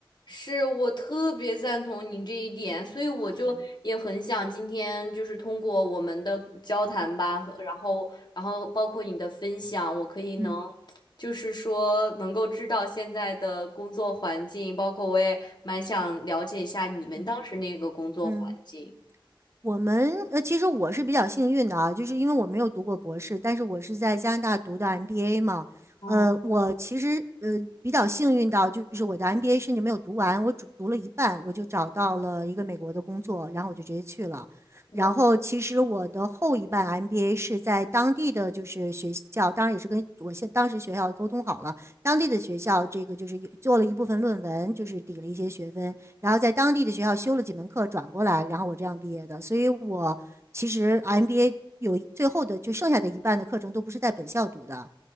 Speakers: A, on the left; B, on the right.
A: 是我特别赞同你这一点，所以我就也很想今天就是通过我们的交谈吧，
B: 嗯
A: 和然后然后包括你的分享，我可以能
B: 嗯
A: 就是说能够知道现在的工作环境，包括我也蛮想了解一下你们当时那个工作环境。
B: 嗯。嗯我们呃，其实我是比较幸运的啊，就是因为我没有读过博士，但是我是在加拿大读的 MBA 嘛。
A: 嗯，
B: 呃，我其实呃比较幸运到，就是我的 MBA 甚至没有读完，我只读了一半，我就找到了一个美国的工作，然后我就直接去了。
A: 我。
B: 然后其实我的后一半 MBA 是在当地的就是学校，当然也是跟我现当时学校沟通好了，当地的学校这个就是有做了一部分论文，就是抵了一些学分，然后在当地的学校修了几门课，转过来，然后我这样毕业的。所以我其实 MBA 有最后的就剩下的一半的课程都不是在本校读的。